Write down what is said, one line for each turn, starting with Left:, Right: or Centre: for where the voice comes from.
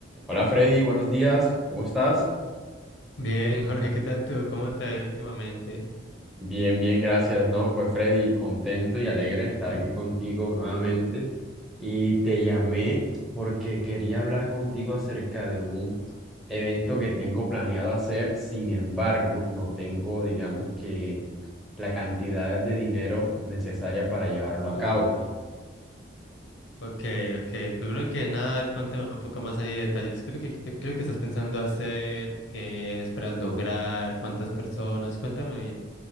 Centre: Hola Freddy, buenos días, ¿cómo estás?
Left: Bien, Jorge, ¿qué tal tú? ¿Cómo te ha ido últimamente?
Centre: Bien, bien, gracias, ¿no? Pues Freddy, contento y alegre de estar aquí contigo nuevamente. Y te llamé porque quería hablar contigo acerca de un evento que tengo planeado hacer, sin embargo, no tengo, digamos que, la cantidad de dinero necesaria para llevarlo a
Left: Uy,
Centre: cabo.
Left: ok, ok. Primero que nada, cuéntame un poco más ahí de detalles. ¿Qué es lo que, qué- qué es lo que estás pensando hacer? ¿Qué esperas lograr? ¿Cuántas personas? Cuéntame bien.